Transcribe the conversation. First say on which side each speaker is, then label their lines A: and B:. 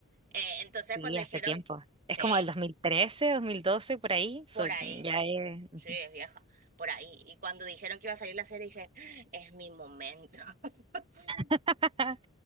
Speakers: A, on the right; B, on the right.
A: Eh, entonces,
B: Sí,
A: cuando
B: hace
A: dijeron,
B: tiempo.
A: sí,
B: Es como del 2013, 2012, por ahí. So,
A: por ahí,
B: ya es... ujú.
A: sí, es vieja, por ahí. Y cuando dijeron que iba a salir la serie, dije, "Ah, es mi momento. <laughs>
B: <laughs>